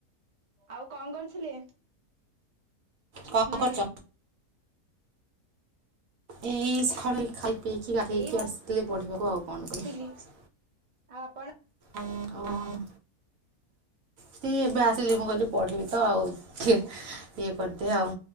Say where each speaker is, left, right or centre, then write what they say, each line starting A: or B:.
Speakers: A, on the right; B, on the right.
A: ଆଉ କଣ କରୁଥିଲେ?
B: କଣ
A: ହୁଁ।
B: କରୁଛ? ଏଇ ସକାଳୁ ଖାଇ ପିଇକି ଗାଧେଇକି
A: ଏଇ
B: ଆସିଥିଲି ପଢିବାକୁ ଆଉ କଣ
A: ବସିଥିଲି
B: କରିବି?
A: ଆଉ ଆପଣ?
B: ଉ ହଁ। ସେ ଏବେ ଆସିଲି ମୁଁ କହିଲି ପଢ଼ିବି ତ ଆଉ ଇଏ କରିଦିଏ ଆଉ।